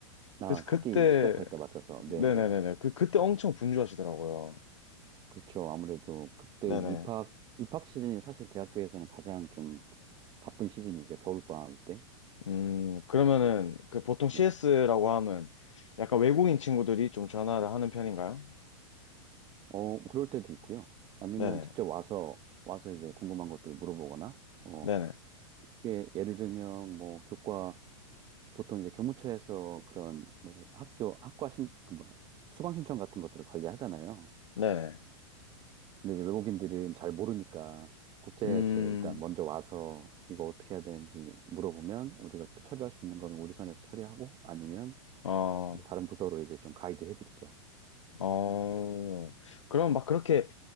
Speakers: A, on the right (about 30°); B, on the left (about 70°).
A: 나
B: 그래서 그때
A: 학기 시작할 때 맞춰서.
B: 네네네네
A: 네, 네, 네.
B: 그 그때 엄청 분주하시더라고요.
A: 그렇죠. 아무래도 그때
B: 네네.
A: 이제 입학 입학 시즌이 사실 대학교에서는 가장 좀 바쁜 시즌이죠. 겨울방학 때.
B: 음 그러면은 그 보통
A: 네.
B: CS라고 하면 약간 외국인 친구들이 좀 전화를 하는 편인가요?
A: 어, 그럴 때도 있고요. 아니면
B: 네네
A: 직접 와서 와서 이제 궁금한 것들을 물어보거나 어,
B: 네네
A: 쉽게 예를 들면 뭐 교과 보통 이제 교무처에서 그런 뭐 학교 학과 신그 뭐야 수강 신청 같은 것들을 관리하잖아요.
B: 네네.
A: 근데 이제 외국인들은 잘 모르니까 국제처에
B: 음
A: 일단 먼저 와서 이거 어떻게 해야 되는지 물어보면 우리가 또 처리할 수 있는 거면 우리 선에서 처리하고 아니면
B: 어
A: 이제 다른 부서로 이제 좀 가이드 해드리죠.
B: 어 그럼 막 그렇게